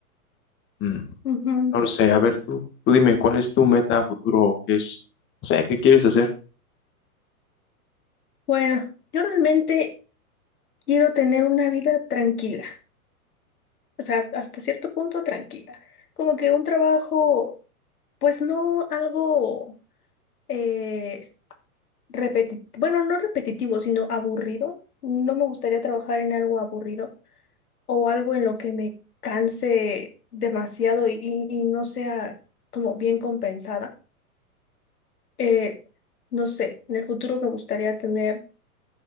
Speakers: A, on the left (about 25°); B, on the left (about 80°).
A: Mm,
B: Ujú.
A: No lo sé, a ver tú, tú dime, ¿cuál es tu meta a futuro o qué es, o sea, qué quieres hacer?
B: Bueno, yo realmente quiero tener una vida tranquila, o sea, hasta cierto punto tranquila. Como que un trabajo, pues no algo eh, repetitivo, bueno, no repetitivo, sino aburrido. No me gustaría trabajar en algo aburrido. o algo en lo que me canse demasiado y, y- y no sea como bien compensada. Eh, no sé, en el futuro me gustaría tener,